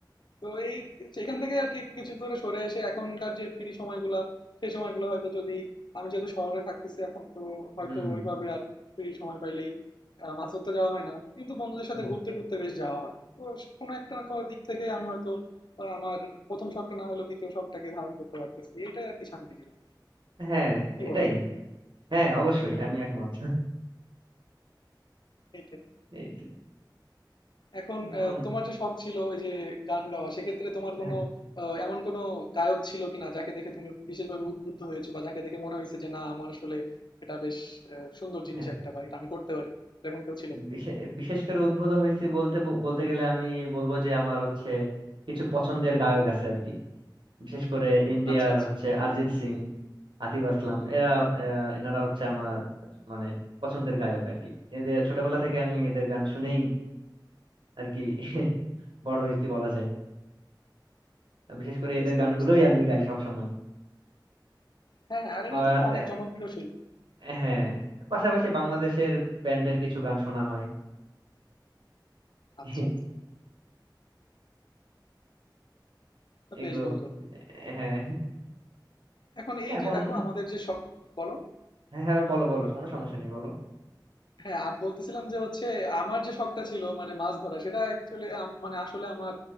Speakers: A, on the left; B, on the right.
A: তো এই সেখান থেকে আর কি একটু কিছু দূরে সরে এসে এখনকার যে ফ্রি সময়গুলা সেই সময়গুলো হয়তো যদি আমি যেহেতু শহরে থাকতেছি এখন তো হয়তো
B: হুম
A: ওইভাবে আর ফ্রি সময় পাইলেই আহ, মাছ ধরতে যাওয়া হয় না কিন্তু বন্ধুদের সাথে
B: হুম।
A: ঘুরতে টুরতে বেশ যাওয়া হয় তো কোনো একটা না কোনো দিক থেকে আমি হয়তো আহ, আমার প্রথম শখটা না হলেও দ্বিতীয় শখটাকে ধারণ করতে পারতেছি এটাই আর কি শান্তি জীবন
B: হ্যাঁ
A: কি
B: এটাই
A: বলো তুমি
B: হ্যাঁ অবশ্যই আমি একমত
A: এটাই
B: <laughs>
A: এখন
B: উম,
A: আহ, তোমার যে শখ ছিল ওই যে গান গাওয়া সেক্ষেত্রে তোমার
B: হ্যাঁ
A: কোনো আহ, এমন কোনো গায়ক ছিল কিনা যাকে দেখে তুমি বিশেষভাবে উদ্বুদ্ধ হয়েছো বা যাকে দেখে মনে হয়েছে যে না আমার আসলে এটা বেশ আহ, সুন্দর জিনিস
B: হ্যাঁ
A: একটা বা এটা আমি করতে পারি এরকম কেউ ছিল
B: বিশে- বিশেষ করে উদ্ভূত হয়েছি বলতে ব- বলতে গেলে আমি বলবো যে আমার হচ্ছে কিছু পছন্দের গায়ক আছে আর কি বিশেষ করে ইন্ডিয়ার
A: আচ্ছা আচ্ছা
B: হচ্ছে অরিজিৎ সিং আতিফ আসলাম এরা আহ, এনারা হচ্ছে আমার মানে পছন্দের গায়ক আর কি এদের ছোটবেলা থেকে আমি এদের গান শুনেই আর কি <laughs> বড় হয়েছি বলা যায় আর বিশেষ করে
A: বুঝতে
B: এদের গানগুলোই
A: পারছি
B: আমি গাই সব সময়
A: হ্যাঁ হ্যাঁ আরে না
B: আর
A: তুমি
B: আহ,
A: অনেক জনপ্রিয় শিল্পী
B: হ্যাঁ পাশাপাশি বাংলাদেশের ব্যান্ডের কিছু গান শোনা হয়
A: আচ্ছা
B: <laughs>
A: আচ্ছা তো
B: এগুলো
A: বেশ বন্ধু
B: হ্যাঁ
A: এখন এই
B: এখন
A: যে দেখো আমাদের যে শখ বলো
B: হ্যাঁ হ্যাঁ বলো বলো কোনো সমস্যা নেই বলো
A: হ্যাঁ, আমি বলতেছিলাম যে হচ্ছে আমার যে শখটা ছিল মানে মাছ ধরা সেটা অ্যাকচুয়ালি মানে আসলে আমার